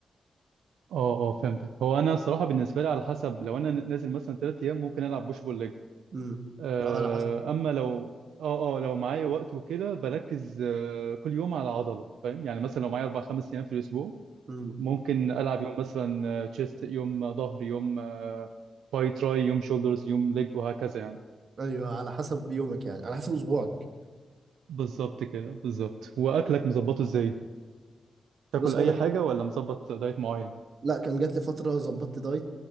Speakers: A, on the right; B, on the right.
A: اه اه فهمتك هو انا صراحة بالنسبة لي على حسب لو انا نازل مثلا ثلاث ايام ممكن العب بوش بول ليج،
B: امم
A: آه،
B: اه على حسب
A: اما لو اه اه لو معايا وقت وكده بركز آه، كل يوم على عضله فاهم يعني مثلا لو معايا اربع خمس ايام في الاسبوع
B: امم
A: ممكن العب يوم مثلا تشيست يوم ظهر يوم آه، باي تراي يوم شولدرز يوم ليج وهكذا يعني
B: ايوه على حسب يومك يعني على حسب اسبوعك
A: بالظبط كده بالظبط واكلك مظبطه ازاي تاكل
B: بص
A: اي
B: هو انا ج...
A: حاجه ولا مظبط دايت معين
B: لا كان جات لي فتره ظبطت دايت